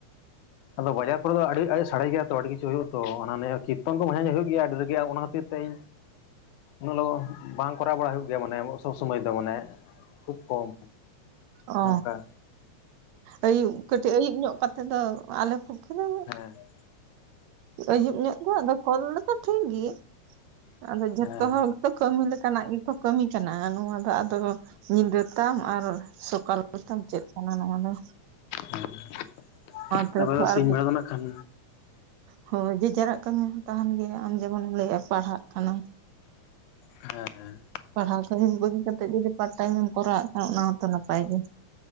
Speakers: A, on the left (about 85°); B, on the right (about 75°).
A: ᱟᱫᱚ ᱵᱟᱡᱟᱨ ᱠᱚᱨᱮ ᱫᱚ ᱟᱹᱰᱤ ᱟᱭᱤᱥ ᱥᱟᱰᱮ ᱜᱮᱭᱟ ᱛᱚ ᱟᱹᱰᱤ ᱠᱤᱪᱷᱩ ᱦᱩᱭᱩᱜᱼᱟ ᱛᱚ ᱟᱱᱟ ᱱᱤᱭᱮ ᱠᱤᱛᱛᱚᱱ ᱠᱚ ᱢᱟᱧᱮ-ᱢᱟᱧᱮ ᱦᱩᱭᱩᱜ ᱜᱮᱭᱟ ᱟᱹᱰᱤ ᱨᱟᱹᱜᱤ ᱟ ᱚᱱᱟ ᱛᱤᱨ ᱛᱮ ᱤᱧ ᱩᱱᱟᱹᱜ ᱞᱚᱜᱚᱱ ᱵᱟᱝ ᱠᱚᱨᱟᱣ ᱵᱟᱲᱟ ᱦᱩᱭᱩᱜ ᱜᱮᱭᱟ ᱢᱟᱱᱮ ᱥᱚᱵᱽ ᱥᱚᱢᱚᱭ ᱫᱚ ᱢᱟᱱᱮ ᱠᱷᱩᱵ ᱠᱚᱢ᱾
B: ᱚ
A: ᱚᱱᱠᱟᱼᱼ
B: ᱟᱹᱭᱩᱵ ᱠᱟᱹᱴᱤᱡ ᱟᱹᱭᱩᱵ ᱧᱚᱜ ᱠᱟᱛᱮ ᱫᱚ ᱟᱞᱮ ᱯᱚᱠᱠᱷᱮ ᱫᱚᱼᱼ
A: ᱦᱮᱸ ᱾
B: ᱟᱹᱭᱩᱵ ᱧᱚᱜ ᱜᱮ ᱟᱫᱚ ᱠᱚᱞ ᱨᱮᱫᱚ ᱴᱷᱤᱠ ᱜᱮᱭᱟ᱾ ᱟᱫᱚ ᱡᱚᱛᱚ
A: ᱦᱮᱸ
B: ᱦᱚᱲᱼᱼ ᱠᱟᱹᱢᱤ ᱞᱮᱠᱟᱱᱟᱜ ᱜᱮᱠᱚ ᱠᱟᱹᱢᱤ ᱠᱟᱱᱟ ᱱᱚᱣᱟ ᱫᱚ ᱟᱫᱚ ᱧᱤᱫᱟᱹ ᱛᱟᱢ ᱟᱨ ᱥᱚᱠᱟᱞᱼᱼ ᱯᱨᱚᱛᱚᱢ ᱪᱮᱫ ᱠᱟᱱᱟ ᱱᱚᱣᱟ ᱫᱚᱼᱼ
A: ᱦᱮᱸ
B: ᱛᱮ
A: ᱛᱟᱨᱯᱚᱨᱮ
B: ᱟᱨ
A: ᱥᱤᱧ ᱵᱮᱲᱟ ᱫᱚ ᱱᱟᱜ ᱠᱷᱟᱱᱼᱼ
B: ᱦᱳᱭ ᱡ ᱡᱟᱨᱟᱜ ᱠᱟᱹᱢᱤ ᱦᱚᱸ ᱛᱟᱦᱮᱱ ᱜᱮᱭᱟ ᱟᱢ ᱡᱮᱢᱚᱱᱮᱢ ᱞᱟᱹᱭᱮᱜᱼᱟ ᱯᱟᱲᱦᱟᱜ ᱠᱟᱱᱟᱢ᱾
A: ᱦᱮᱸᱮᱸ
B: ᱯᱟᱲᱦᱟᱣ ᱠᱟᱛᱮ ᱵᱟᱹᱜᱤ ᱠᱟᱛᱮ ᱡᱩᱫᱤ ᱯᱟᱨᱴ ᱴᱟᱭᱤᱢᱢ ᱠᱚᱨᱟᱣᱮᱫ ᱠᱷᱟᱱ ᱚᱱᱟ ᱦᱚᱸᱛᱚ ᱱᱟᱯᱟᱭ ᱜᱮ,